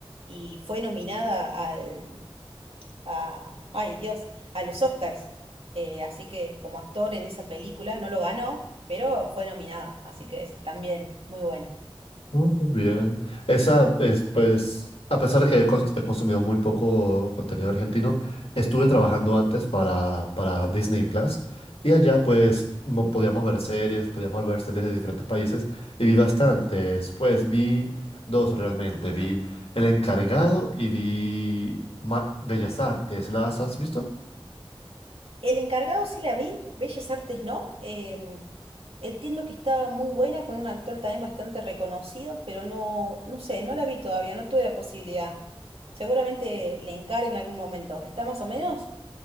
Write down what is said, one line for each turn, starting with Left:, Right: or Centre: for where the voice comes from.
Right: y fue nominada al, a, ay Dios, a los Oscars. Eh, así que como actor en esa película no lo ganó, pero fue nominado, así que es también muy bueno.
Left: Muy bien. Esa es, pues, a pesar de que he, cons- he consumido muy poco contenido argentino, estuve trabajando antes para, para Disney Plus y allá, pues, no podíamos ver series, podíamos ver series de diferentes países y vi bastantes. Pues vi dos realmente. Vi El Encargado y vi Ma- Bellas Artes. ¿Las has visto?
Right: El encargado sí la vi, Bellas Artes no. em, entiendo que estaba muy buena con un actor también bastante reconocido, pero no, no sé, no la vi todavía, no tuve la posibilidad. Seguramente le encare en algún momento. ¿Está más o menos?